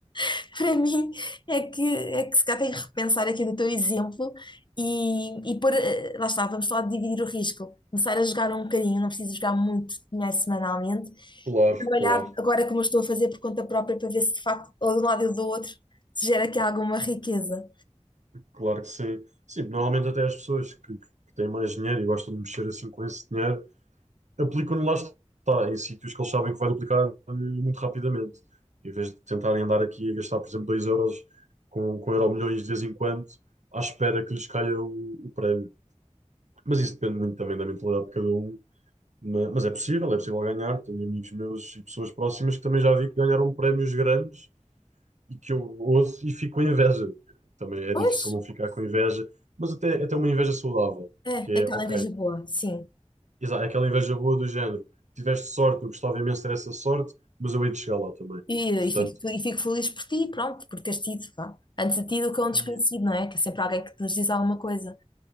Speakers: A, on the left (about 40°); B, on the right (about 85°).
A: <laughs> para mim é que, é que se calhar tem que repensar aqui no teu exemplo e, e pôr, eh, lá está, vamos falar dividir o risco, começar a jogar um bocadinho, não preciso jogar muito dinheiro semanalmente,
B: claro,
A: trabalhar
B: claro,
A: agora como eu estou a fazer por conta própria para ver se de facto, ou de um lado ou do outro, se gera aqui alguma riqueza.
B: claro que sim. Sim, normalmente até as pessoas que, que têm mais dinheiro e gostam de mexer assim com esse dinheiro aplicam lá está, em sítios que eles sabem que vai duplicar eh, muito rapidamente. Em vez de tentarem andar aqui a gastar, por exemplo, 2 euros com, com euro milhões de vez em quando, à espera que lhes caia o, o prémio. Mas isso depende muito também da mentalidade de cada um. Ma- Mas, é possível, é possível ganhar. Tenho amigos meus e pessoas próximas que também já vi que ganharam prémios grandes e que eu ouço e fico com inveja. Também é
A: Pois,
B: difícil não ficar com inveja, mas até, até uma inveja saudável,
A: é,
B: que é,
A: é aquela
B: ok,
A: inveja boa, sim.
B: Exato, aquela inveja boa do género. Tiveste sorte, eu gostava imenso de ter essa sorte, mas eu hei de chegar lá também.
A: E, e
B: Portanto,
A: fico, e fico feliz por ti, pronto, por teres tido, vá. Antes de ti do que é um desconhecido,
B: e-
A: não é? Que é sempre alguém que nos diz alguma coisa.